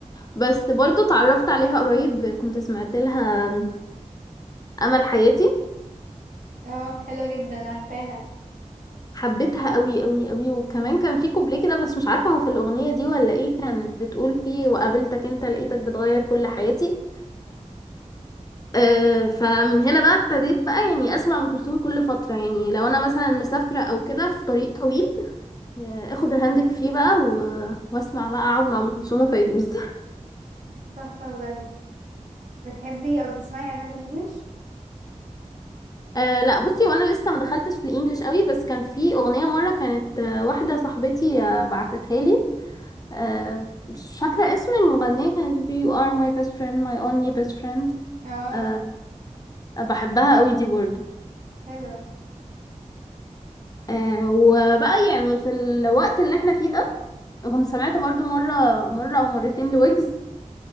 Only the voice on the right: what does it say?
اه حلوة جدا عارفاها
تحفة بجد بتحبي أو بتسمعي أغاني إنجليش؟
اه
حلوة